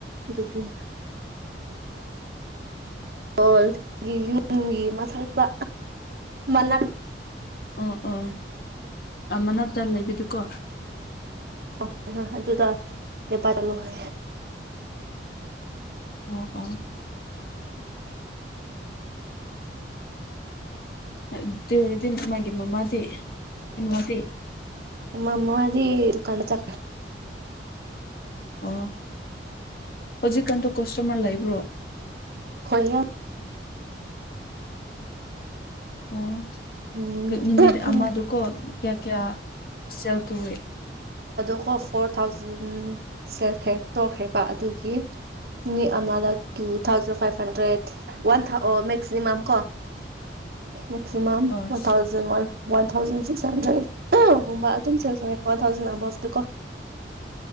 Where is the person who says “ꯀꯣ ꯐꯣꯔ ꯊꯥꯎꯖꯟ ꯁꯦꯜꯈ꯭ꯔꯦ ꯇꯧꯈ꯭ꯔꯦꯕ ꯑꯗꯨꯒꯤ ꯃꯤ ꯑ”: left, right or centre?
Right